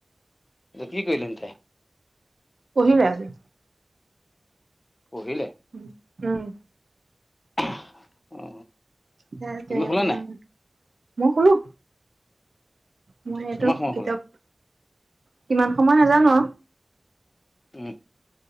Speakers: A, on the left (about 50°); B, on the right (about 70°).
A: এতিয়া কি কৰিলো তাই
B: পঢ়িলে আজি
A: পঢ়িলে
B: উম উম
A: অ অ
B: নাই
A: তুমি
B: যে
A: শুলা
B: উম
A: নাই
B: মই কলো মই সেটো
A: কিমান সময়
B: কিতাপ,
A: শুলা
B: কিমান সময় নেজানো।
A: উম